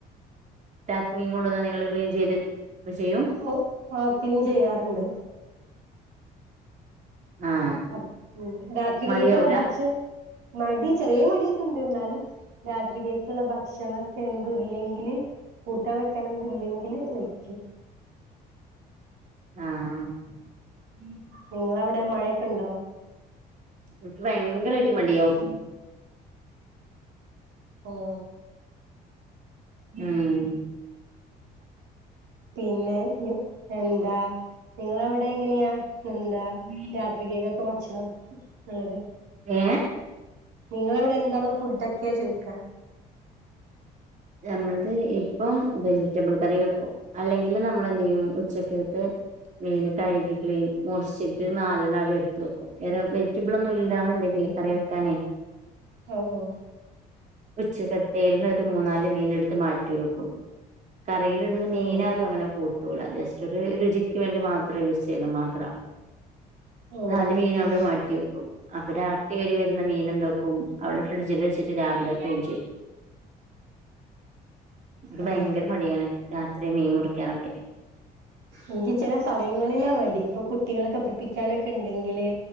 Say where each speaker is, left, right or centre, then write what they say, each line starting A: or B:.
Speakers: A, on the right; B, on the right.
A: ചാച്ചൻ മീൻ കൊണ്ടന്നാ നിങ്ങൾ ക്ളീൻ ചെയ്ത് ചെയ്യും
B: ഓ ആ ക്ലീൻ ചെയ്യാറുണ്ട്
A: ആഹ്
B: അ ഉം രാത്രി
A: മടിയാവൂല
B: കേഴക്കുള്ള ഭക്ഷണം മടി ചെറിയ മടി ൻണ്ട് എന്നാലും രാത്രികക്കുള്ള ഭക്ഷണ ഒക്കെ എന്തും ഇല്ലെങ്കില് കൂട്ടാൻ വെക്കാനതു ഇല്ലെങ്കിൽ വയ്ക്കും
A: ആഹ്
B: നിങ്ങള അവിടെ മഴയൊക്കെ ഉണ്ടോ
A: എനിക്ക് ഭയങ്കരയായിട്ട് മടിയവും
B: ഓ
A: ഉം
B: പിന്നെ നി എന്താ നിങ്ങള അവിടെ എങ്ങനെയാ ന്നഎന്താ
A: ഉം
B: രാത്രികക്കൊക്കെ ഭക്ഷണം ഉള്ളത്
A: ഏ
B: നിങ്ങള അവിടെ എന്താണ് ഫുഡ ഒക്കെ ചോദിക്കാ
A: നമ്മളത് ഇപ്പം വെജിറ്റബിൾ കറി വെക്കും അല്ലെങ്കിൽ നമ്മള എന്ത് ചെയ്യും ഉച്ചക്കക്ക് മീൻ കഴുകി ക്ലീൻ മുറിച്ചിട്ട് നാലെണ്ണം അവിടെ എടുത്ത് വെക്കും വേറെ വെജിറ്റബിൾ ഒന്നും ഇല്ലാന്ന് ഒണ്ടെങ്കില് കറി വെക്കാനേ
B: ഓ ഓ
A: ഉച്ച കത്ത ന്ന് ഒരു മൂന്നാല് മീന് എടുത്ത് മാറ്റി വെക്കും കറിയിലിട്ന്ന മീനാരും
B: ഓ ഓ
A: അങ്ങനെ കൂട്ടൂല്ല ജസ്റ്റ് ഒരു രുചി ക്ക് വേണ്ടി മാത്രം യൂസ് ചെയ്യുന്ന മാത്രം
B: ഓ
A: നാല് മീൻ
B: അങ്ങനെ
A: അവിടെ മാ റ്റി വെക്കും അപ്പൊ രാത്രി വരെ വെരുന്ന മീന് എന്തോക്കും അവിടെ ഫ്രിഡ്ജില് വെച്ചിട്ട് രാവിലെ ക്ളീൻ ചെയ്യും ക്ക്
B: അതെ
A: ഭയങ്കര മടിയാണ് രാത്രി മീൻ മുറിക്കാനെഒക്കെ
B: ഇനിക്ക് ചെല സമയങ്ങളിലാ മടി ഇപ്പൊ കുട്ടികളെ ഒക്കെ പഠിപ്പിക്കാന് ഒക്കെ എണ്ടെങ്കില്